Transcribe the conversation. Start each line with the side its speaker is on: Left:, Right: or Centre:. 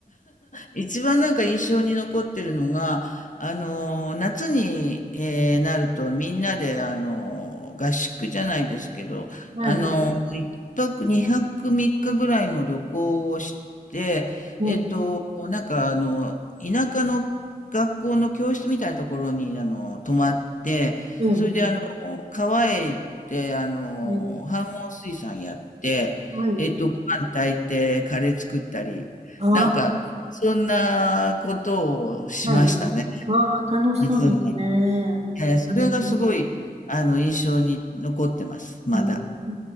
Left: 一番なんか印象に残ってるのが、あの、夏に、えーなるとみんなで、あの、合宿じゃないですけど、
Right: はい。
Left: あの、一泊二泊三日ぐらいの旅行をして、
Right: ええ、
Left: えっと、なんかあの、田舎の学校の教室みたいなところに、あの、泊まって、
Right: ええ、
Left: それであの、川へ行って、あの、
Right: ええ
Left: 飯盒水産やって、
Right: はい。
Left: えっと、ご飯炊いて、カレー作ったり、
Right: ああ、
Left: なんか、そんなことをしましたね。
Right: はい。わあ、楽しそうですね。
Left: 夏なのに。ええ、それがすごい、
Right: うん、
Left: あの、印象に残ってます、まだ。
Right: うんう